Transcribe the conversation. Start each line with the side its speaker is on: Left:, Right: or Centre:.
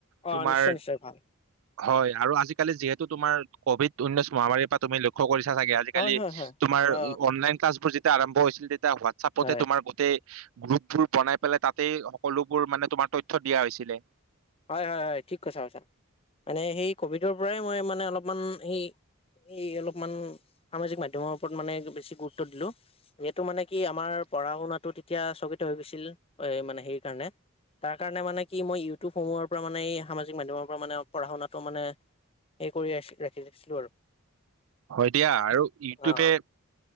Left: অ
Right: তোমাৰ,
Left: নিশ্চয় নিশ্চয় ভাল
Right: হয় আৰু আজিকালি যিহেতু তোমাৰ কভিড উঊনৈশ মহামাৰীৰ পৰা তুমি লক্ষ্য কৰিছা চাগে। আজিকালি
Left: হয় হয় হয়
Right: তোমাৰ
Left: অ
Right: অনলাইন ক্লাছ বোৰ যেতিয়া আৰম্ভ হৈছিল তেতিয়া হোৱাটচাপতে
Left: হয়
Right: তোমাৰ
Left: হয়
Right: গোটেই, গ্ৰুপ বোৰ বনাই পেলাই তাতেই সকলোবোৰ মানে তোমাৰ তথ্য দিয়া হৈছিলে।
Left: হয় হয় হয় ঠিক কথা কৈছা মানে সেই কভিডৰ পৰাই মই মানে অলপমান সেই, এই অলপমান সামাজিক মাধ্যমৰ ওপৰত মানে বেছি গুৰুত্ব দিলো। এইটো মানে কি আমাৰ পঢ়া শুনাতো তেতিয়া স্থগিত হৈ গৈছিল মানে সেই কাৰণে, তাৰ কাৰণে মানে কি মই ইউটিউবসমূহৰ পৰা মানে সামাজিক মাধ্যমৰ পৰা মানে পঢ়া শুনাটো মানে, এই কৰি আছিলো ৰাখিছিলো আৰু,
Right: হয় দিয়া আৰু ইউটিউবে
Left: অ